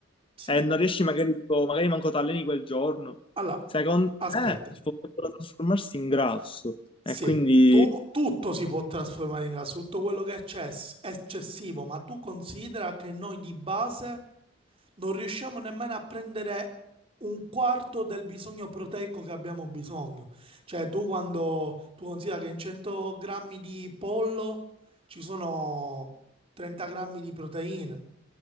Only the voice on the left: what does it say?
e non riesci magari, tipo, magari manco t'alleni quel giorno.
Secondo
me potrebbero trasformarsi in grasso
e quindi